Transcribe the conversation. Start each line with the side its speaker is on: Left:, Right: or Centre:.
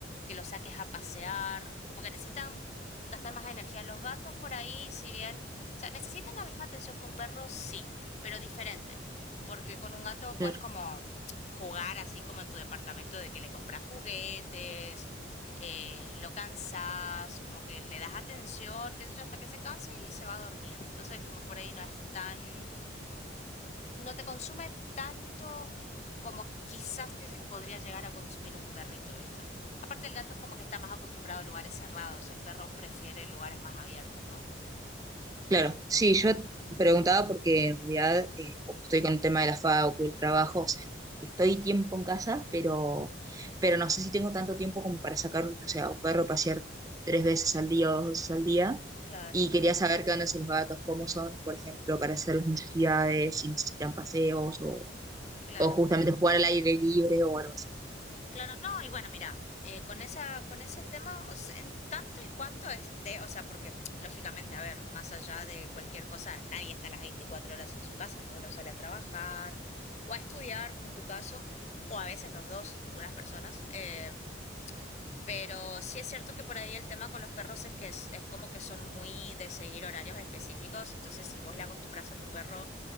Left: que los saques a pasear, como que necesitan gastar más energía. Los gatos por ahí, si bien, o sea, necesitan la misma atención que un perro, sí, pero diferente. Porque con un gato puedes
Right: Claro.
Left: como jugar así como en tu departamento de que le compras juguetes, eh, lo cansas, como que le das atención, qué sé yo, hasta que se canse y se va a dormir. Entonces como que por ahí no es tan, no te consume tanto como quizás te podría llegar a consumir un perrito, ¿viste? Aparte el gato es como que está más acostumbrado a lugares cerrados, el perro prefiere lugares más abiertos, ¿no?
Right: Claro, sí, yo preguntaba porque en realidad, eh, como estoy con el tema de la facu, el trabajo, o sea, estoy tiempo en casa, pero, pero no sé si tengo tanto tiempo como para sacar, un- o sea, un perro a pasear tres veces al día o dos veces al día.
Left: Claro,
Right: Y quería saber qué onda son los gatos, cómo son, por ejemplo, para hacer las necesidades, si necesitan paseos o,
Left: claro.
Right: o justamente jugar al aire libre o algo así.
Left: Claro, no, y bueno, mira, eh, con esa, con ese tema, o sea, en tanto y cuanto esté, o sea, porque lógicamente, a ver, más allá de cualquier cosa, nadie está las 24 horas en su casa, ¿no? Uno sale a trabajar o a estudiar, como en tu caso, o a veces los dos, algunas personas. eh, pero sí es cierto que por ahí el tema con los perros es que es, es como que son muy de seguir horarios específicos. Entonces, si vos le acostumbras a tu perro